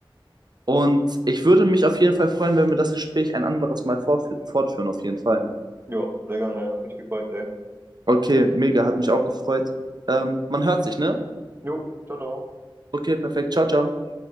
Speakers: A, on the right; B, on the right.
A: und ich würde mich auf jeden Fall freuen, wenn wir das Gespräch ein anderes Mal fortf fortführen, auf jeden Fall.
B: jo, sehr gerne, hat mich gefreut, ey.
A: Okay, mega, hat mich auch gefreut. Ähm, man hört sich, ne?
B: Jo, ciao, ciao.
A: Okay, perfekt. Ciao, ciao.